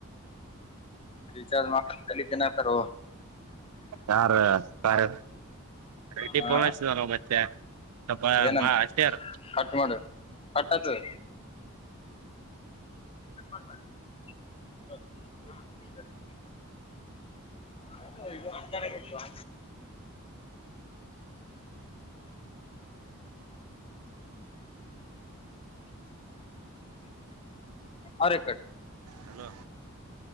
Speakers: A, on the left; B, on the right.
A: ರೀಚಾರ್ಜ್ ಮಾಡ್ ತಲಿತನತಾರ
B: ಯಾರ ಯಾರ ರೆಡಿ
A: ಹ
B: ಫೋನ್ ಹಚ್ಚಿತಲ್ಲ ಮತ್ತೆ ಸ್ವಲ್ಪ
A: ಏನಂತ
B: ಅಷ್ಟೇ ಯಾರ
A: ಕಟ್ ಮಾಡು ಕಟ್ ಆಯತದೆ <inaudible> <inaudible> <inaudible> ಬ ಅರೆ ಕಡೆ <unintelligible>
B: ಹಲೋ